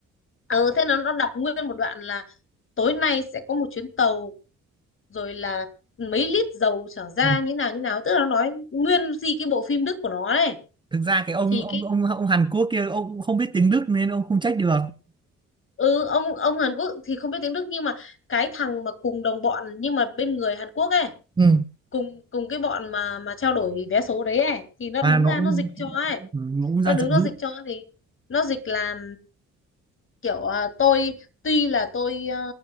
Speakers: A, on the left; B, on the right.
A: ừ thế nó nó đọc nguyên một đoạn là tối nay sẽ có một chuyến tàu rồi là mấy lít dầu trở ra
B: Ừ.
A: như nào như nào tức là nó nói nguyên gì cái bộ phim Đức của nó đấy
B: thực ra cái ông
A: thì
B: ông
A: cái
B: ông ông Hàn Quốc kia ông cũng không biết tiếng Đức nên ông không trách được
A: ừ ông ông Hàn Quốc thì không biết tiếng Đức nhưng mà cái thằng mà cùng đồng bọn nhưng mà bên người Hàn Quốc ấy
B: ừ
A: cùng cùng cái bọn mà mà trao đổi vé số đấy ấy thì nó
B: à
A: đứng
B: nó
A: ra
B: cũng
A: nó dịch cho ấy
B: nó cũng ra
A: nó đứng
B: trợ
A: nó
B: giúp
A: dịch cho thì nó dịch là kiểu à, tôi tuy là tôi ờ,